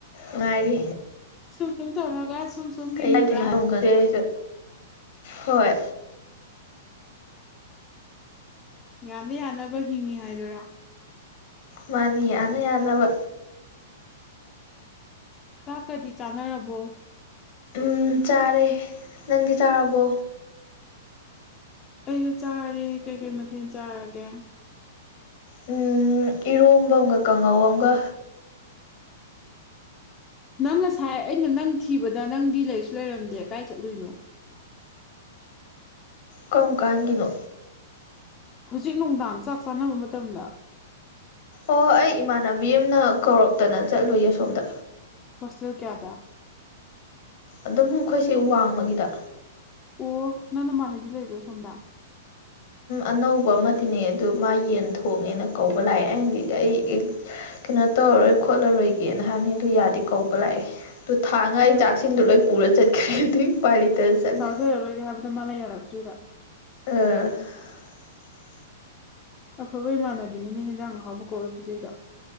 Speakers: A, on the left; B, on the left.
A: ꯉꯉꯥꯏꯔꯤ
B: ꯁꯨꯝ ꯁꯨꯝꯇꯂꯒ ꯁꯨꯝ ꯁꯨꯝ ꯍꯤꯡꯉꯤꯕ꯭ꯔꯥ
A: ꯀꯩꯗꯅꯣ ꯈꯪꯗꯦ ꯑꯩꯁꯨ ꯍꯣꯏ
B: ꯌꯥꯅ ꯌꯥꯅꯕ ꯍꯤꯡꯉꯤ ꯍꯥꯏꯗꯨꯔꯥ
A: ꯃꯥꯅꯤ ꯌꯥꯅ ꯌꯥꯅꯕ
B: ꯀꯥꯀꯗꯤ ꯆꯥꯟꯅꯔꯕꯣ
A: ꯎꯝ ꯆꯥꯔꯦ ꯅꯪꯗꯤ ꯆꯥꯔꯕꯣ
B: ꯑꯩꯁꯨ ꯆꯥꯔꯦ ꯀꯩ ꯀꯩ ꯃꯊꯦꯜ ꯆꯥꯔꯒꯦ
A: ꯎꯝ ꯏꯔꯣꯝꯕ ꯑꯃꯝꯒ ꯀꯥꯡꯉꯧ ꯑꯃꯒ
B: ꯅꯪ ꯉꯁꯥꯏ ꯑꯩꯅ ꯅꯪ ꯊꯤꯕꯗ ꯅꯪꯗꯤ ꯂꯩꯁꯨ ꯂꯩꯔꯝꯗꯦ ꯀꯥꯏ ꯆꯠꯂꯨꯏꯅꯣ
A: ꯀꯔꯝ ꯀꯥꯟꯒꯤꯅꯣ
B: ꯍꯧꯖꯤꯛ ꯅꯨꯡꯗꯥꯡ ꯆꯥꯛ ꯆꯥꯅꯕ ꯃꯇꯝꯗ
A: ꯑꯣ ꯑꯩ ꯏꯃꯥꯟꯅꯕꯤ ꯑꯃꯅ ꯀꯧꯔꯛꯇꯅ ꯆꯠꯂꯨꯏꯌꯦ ꯑꯁꯣꯝꯗ
B: ꯍꯣꯁꯇꯦꯜ ꯀꯌꯥꯗ
A: ꯑꯗꯨꯝ ꯑꯩꯈꯣꯏꯁꯦ ꯋꯥꯡꯃꯒꯤꯗ
B: ꯑꯣ ꯅꯪ ꯅꯃꯥꯟꯅꯕꯤ ꯂꯩꯕ꯭ꯔꯣ ꯁꯣꯝꯗ
A: ꯑꯅꯧꯕ ꯑꯃꯗꯤꯅꯦ ꯑꯗꯨꯗ ꯃꯥ ꯌꯦꯟ ꯊꯣꯡꯉꯦꯅ ꯀꯧꯕ ꯂꯥꯛꯑꯦ ꯑꯩꯅꯗꯤ ꯑꯩ ꯀꯩꯅꯣ ꯇꯧꯔꯔꯣꯏ ꯈꯣꯠꯂꯔꯣꯏꯒꯦꯅ ꯍꯥꯏꯕꯅꯤ ꯑꯗꯨ ꯌꯥꯗꯤ ꯀꯧꯕ ꯂꯥꯛꯑꯦ ꯑꯗꯨꯣ ꯊꯥꯡꯉꯥ
B: ꯅꯪꯅ
A: ꯑꯩ ꯆꯥꯛꯁꯤꯡꯗꯣ ꯂꯣꯏ ꯄꯨꯔ ꯆꯠꯈ꯭ꯔꯦ ꯑꯗꯨꯏ ꯏꯄꯥ ꯂꯤꯇꯔꯗ ꯆꯠꯂꯦ
B: ꯐꯖꯔꯒꯦ ꯍꯥꯏꯕꯗꯣ ꯃꯥꯅ ꯌꯥꯔꯛꯇ꯭ꯔꯤꯔꯥ
A: ꯑ
B: ꯑꯐꯣꯏꯕꯩꯃꯥꯟꯅꯕꯤꯅꯤꯅ ꯍꯖꯥꯡ ꯍꯥꯎꯕꯨ ꯀꯧꯕꯧꯔ ꯎꯄꯤꯖꯩꯗꯣ